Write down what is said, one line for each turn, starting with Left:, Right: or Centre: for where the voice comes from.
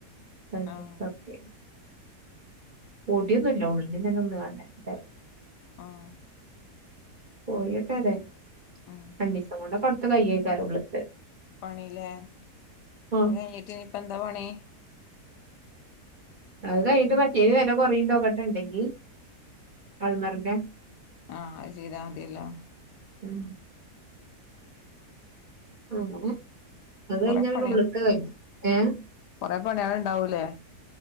Right: കയ്ജിട്ട്
Left: ആഹ്
Right: പൊടിയൊന്നുംല്ല ഉള്ളില് ഒന്ന് <inaudible>
Left: ആഹ
Right: പോയോട്ടെ ഏതായാലും
Left: ഉം
Right: രണ്ടിസം കൊണ്ട് കൊണ്ടൊക്കെ അടുത്ത കൈയേക്കാരം ഉള്ളതെ
Left: പണിലേ
Right: ആഹ്
Left: അ കഴഞ്ഞിട്ടനിപ്പ താ പണി
Right: അത് കഴിഞ്ഞിട്ട് മറ്റേന് വെല കൊറീണ്ടോക്കട്ടെ ഇണ്ടെങ്കി അൾമറന്റെ
Left: ആഹ് അഅ് ചെയ്താമതിയല്ലോ
Right: ഉം അങ്ങനെ അത് കഴിഞ്ഞാ
Left: കൊറെ
Right: പിന്നെ
Left: പണി
Right: ഉള്ള്ത്തെ കഴിഞ്ഞ് ഏഹ്
Left: കൊറെ പണികള് ഇണ്ടാവൂലേ